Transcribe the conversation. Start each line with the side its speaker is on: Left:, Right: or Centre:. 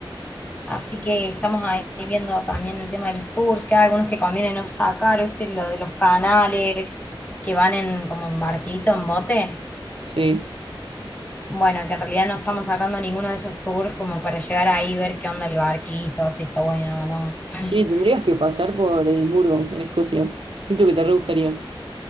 Left: así que estamos ahí viendo también el tema de los tours, que hay algunos que conviene no sacar, ¿viste? Lo de los canales que van en como en barquito, en bote.
Right: sí.
Left: Bueno, que en realidad no estamos sacando ninguno de esos tours como para llegar ahí y ver qué onda el barquito, si está bueno o no. <laughs>
Right: Sí, tendrías que pasar por Edimburgo, en Escocia. Siento que te re gustaría.